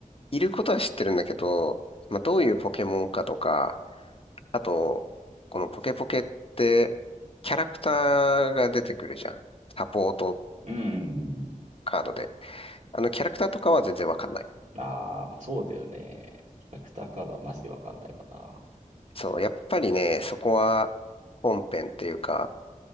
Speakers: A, on the left (about 45°); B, on the right (about 60°).
A: いることは知ってるんだけど、まあ、どういうポケモンかとか、あと、このポケポケって、キャラクターが出てくるじゃん。サポート
B: うんうんうんうん。
A: カードで。あの、キャラクターとかは全然わかんない。
B: ああ、まあそうだよね。キャラクターカードはマジでわかんないわな。
A: そう、やっぱりね、そこは本編っていうか、